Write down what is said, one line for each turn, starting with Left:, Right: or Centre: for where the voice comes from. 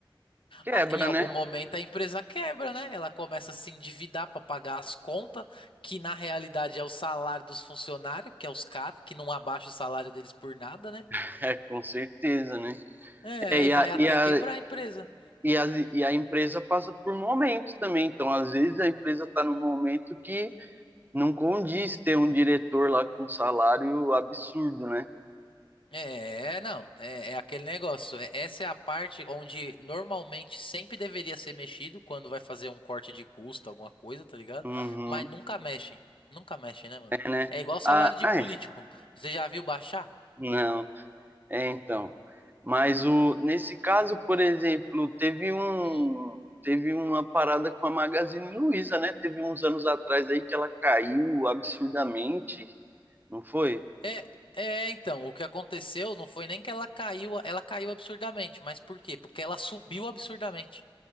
Right: Quebra,
Left: Ah, Em algum
Right: né?
Left: momento a empresa quebra, né? Ela começa a se endividar pra pagar as contas, que na realidade é o salário dos funcionários, que é os caras que não abaixa o salário deles por nada, né?
Right: <laughs> É, com certeza, né?
Left: É,
Right: É, e
Left: e vai
Right: a,
Left: até
Right: e a,
Left: quebrar a empresa.
Right: e a, e a empresa passa por momentos também. Então, às vezes, a empresa está num momento que não condiz ter um diretor lá com um salário absurdo, né?
Left: É, não, é, é aquele negócio. é- Essa é a parte onde normalmente sempre deveria ser mexido quando vai fazer um corte de custo, alguma coisa, tá ligado?
Right: Uhum.
Left: Mas nunca mexem. Nunca mexem, né, mano?
Right: É, né?
Left: É igual salário
Right: Ah,
Left: de
Right: é.
Left: político. Você já viu baixar?
Right: Não. É, então. Mas o, nesse caso, por exemplo, teve um,
Left: Hum.
Right: teve uma parada com a Magazine Luiza, né? Teve uns anos atrás aí que ela caiu absurdamente, não foi?
Left: É, é, então, o que aconteceu não foi nem que ela caiu, ela caiu absurdamente, mas por quê? Porque ela subiu absurdamente.